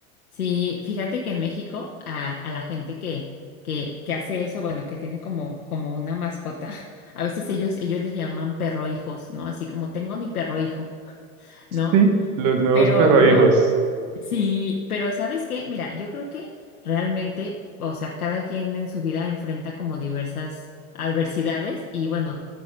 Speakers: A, on the left; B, on the right.
A: Sí, fíjate que en México a, a la gente que, que, que hace eso, bueno, que tiene como, como una mascota, <laughs> a veces ellos, ellos le llaman perro hijos, ¿no? Así como tengo a mi perro hijo, <laughs> ¿no?
B: Sí, los nuevos
A: Pero,
B: perrohijos.
A: pero, sí, pero ¿sabes qué? Mira, yo creo que realmente, o sea, cada quien en su vida enfrenta como diversas adversidades y bueno.